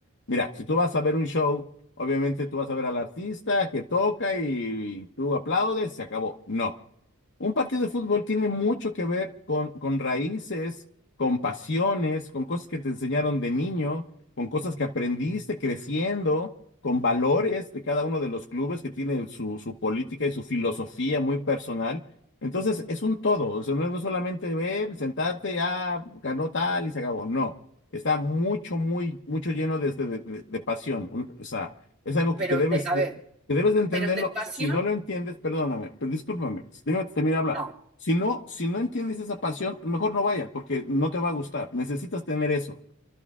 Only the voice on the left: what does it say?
Mira, si tú vas a ver un show, obviamente tú vas a ver al artista que toca y, tú aplaudes, se acabó. No, Un partido de fútbol tiene mucho que ver con, con raíces, con pasiones, con cosas que te enseñaron de niño, con cosas que aprendiste creciendo, con valores de cada uno de los clubes que tiene su, su política y su filosofía muy personal. Entonces, es un todo, o sea, no es no solamente ver, sentarte, ah, ganó tal y se acabó. No, está mucho, muy, mucho lleno de, de, de- de pasión. Un- O sea, es algo que,
que debes,
que debes de entenderlo.
Si no lo entiendes, perdóname, pero discúlpame, déjame terminar de hablar.
Si no, si no entiendes esa pasión, mejor no vayas, porque no te va a gustar. Necesitas tener eso.